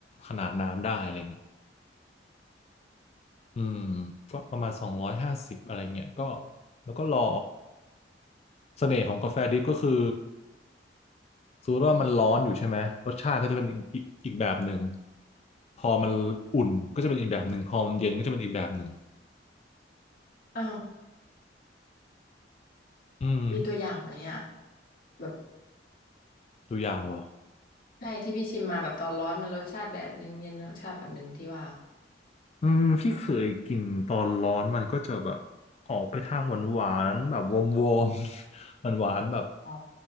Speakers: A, on the left; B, on the left.
A: ขนาดน้ำได้อะไรเงี้ยอืมก็ประมาณสองร้อยห้าสิบอะไรเงี้ยก็แล้วก็รอเสน่ห์ของกาแฟดริปก็คือสมมติว่ามันร้อนอยู่ใช่ไหมรสชาติก็จะเป็นอีกอีกอีกแบบหนึ่งพอมันอุ่นก็จะเป็นอีกแบบหนึ่งพอมันเย็นก็จะเป็นอีกแบบหนึ่ง
B: ๆอ้าว
A: อืม
B: มีตัวอย่างไหมอ่ะแบบ
A: ตัวอย่างเหรอ
B: ใช่ที่พี่ชิมมาแบบตอนร้อนมันรสชาติแบบนึงเย็นรสชาติแบบนึงที่ว่า
A: อืมพี่เคยกินตอนร้อนมันก็จะแบบออกไปทางหวานหวานแบบวอมวอมหวาน <laughs> หวานๆแบบ
B: อ๋อ